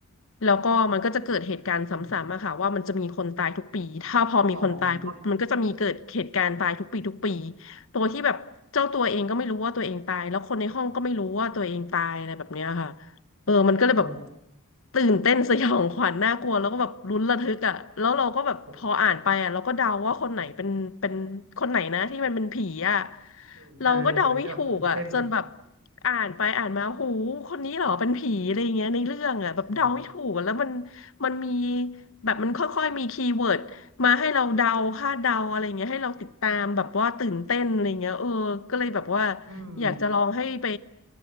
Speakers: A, on the left; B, on the right.
A: แล้วก็มันก็จะเกิดเหตุการณ์ซ้ำๆอะค่ะว่ามันจะมีคนตายทุกปี
B: อืม
A: ถ้าพอมีคนตายปุ๊บมันก็จะมีเกิดเหตุการณ์ตายทุกปีทุกปี
B: อ๋อเพราะ
A: ตัวที่แบบเจ้าตัวเองก็ไม่รู้ว่าตัวเองตายแล้วคนในห้องก็ไม่รู้ว่าตัวเองตายอะไรแบบเนี้ยค่ะเออมันก็เลยแบบ
B: อ๋อ
A: ตื่นเต้นสยองขวัญน่ากลัวแล้วก็แบบลุ้นระทึกอ่ะแล้วเราก็แบบพออ่านไปอ่ะเราก็เดาว่าคนไหนเป็นเป็นคนไหนนะที่มันเป็นผีอ่ะ
B: โหอืมใช่ไหมพี่
A: เราก็เดาไม่ถูกอ่ะจนแบบ
B: มันก็แบบตื่นเต้น
A: อ่านไปอ่านมาหูคนนี้เหรอเป็นผีอะไรอย่างเงี้ยในเรื่องอ่ะแบบเดาไม่ถูกอะแล้วมัน
B: โอ้
A: มันมีแบบมันค่อยๆมีคีย์เวิร์ดมาให้เราเดาคาดเดาอะไรเงี้ยให้เราติดตามแบบว่าตื่นเต้นอะไรเงี้ยเออก็เลยแบบว่า
B: อืม
A: อยากจะลองให้ไป